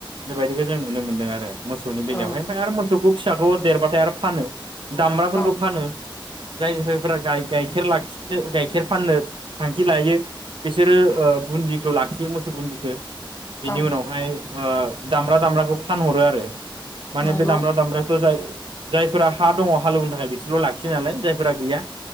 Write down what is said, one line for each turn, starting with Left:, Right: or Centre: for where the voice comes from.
Right: बेबादिखौ जों नुनो मोनदों आरो। मोसौनि बेलायावहाय
Left: औ
Right: ओमफ्राय आरो मोसौ। थेवबो फिसौखौ फिसाखौ देरबाथाय आरो फानो। दामब्राफोरखौ
Left: औ
Right: फानो जाय जायफोरा गाय गाय गाइखेर लाखिनो गाइखेर फाननो थांखि लायो। बिसोरो ओ बुन्दिखौ लाखियो मोसौ बुन्दिखौ
Left: औ
Right: बिनि
Left: औ
Right: उनावहाय ओ। दामब्रा दामब्राखौ फानहरो आरो माने
Left: नंगौ
Right: बे दामब्रा दामब्राखौ जाय। जायफोरा हा दङ हालेवनो थाखाय बिसोरल' लाखियो नालाय जाय फोरा गैया